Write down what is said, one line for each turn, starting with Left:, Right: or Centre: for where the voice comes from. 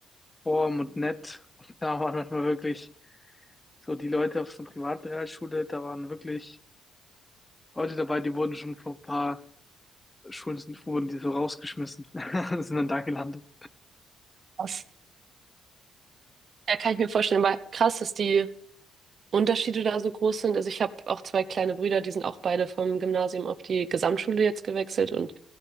Left: warm und nett. Und da waren manchmal wirklich so die Leute auf so einer privaten Realschule, da waren wirklich Leute dabei, die wurden schon vor ein paar Schulen sind, wurden die so rausgeschmissen <laughs> und sind dann da gelandet.
Right: Krass. Ja, kann ich mir vorstellen, aber krass, dass die Unterschiede da so groß sind. Also ich habe auch zwei kleine Brüder, die sind auch beide vom Gymnasium auf die Gesamtschule jetzt gewechselt und